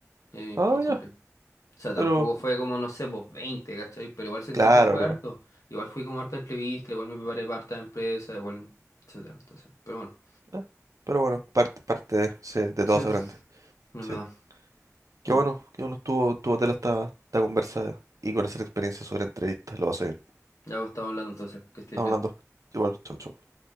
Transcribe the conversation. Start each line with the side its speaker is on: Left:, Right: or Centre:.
Left: Eh,
Right: Ah,
Left: pues
Right: ya,
Left: encontré. O sea, tampoco
Right: pero
Left: fue como, no sé, pues 20, ¿cachai? Pero igual sentí
Right: claro,
Left: que fue
Right: claro.
Left: harto. Igual fui como harta entrevista, igual me preparé para harta empresa, igual, etcétera. Entonces, pero bueno,
Right: eh, Pero bueno, parte, parte de, sí, de
Left: sí,
Right: todo se aprende.
Left: no
Right: Sí.
Left: es verdad.
Right: Qué
Left: Mm.
Right: bueno, qué bueno estuvo tu tela esta, esta conversa y con esa experiencia sobre entrevistas. Lo pasé bien.
Left: Ya pues, estamos hablando entonces, que estés
Right: Estamos
Left: bien.
Right: hablando. Igual, chau, chau.